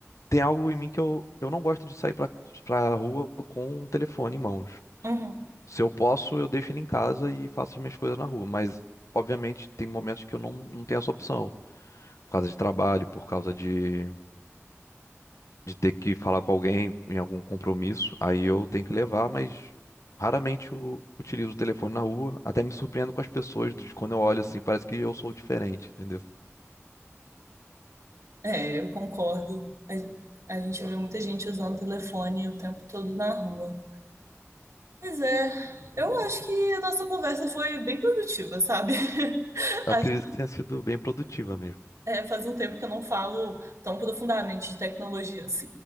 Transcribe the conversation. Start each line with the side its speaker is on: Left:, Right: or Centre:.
Left: tem algo em mim que eu, eu não gosto de sair pra, pra rua com o telefone em mãos.
Right: Uhum.
Left: Se eu posso, eu deixo ele em casa e faço as minhas coisas na rua, mas obviamente tem momentos que eu não, não tenho essa opção, por causa de trabalho, por causa de de ter que falar com alguém em algum compromisso, aí eu tenho que levar, mas raramente eu utilizo o telefone na rua, até me surpreendo com as pessoas, de quando eu olho assim, parece que eu sou diferente, entendeu?
Right: É, eu concordo. A, a gente vê muita gente usando telefone o tempo todo na rua. Mas é, eu acho que a nossa conversa foi bem produtiva, sabe? <laughs>
Left: Eu
Right: Acho-
Left: acredito que tenha sido bem produtiva mesmo.
Right: É, faz um tempo que eu não falo tão profundamente de tecnologias.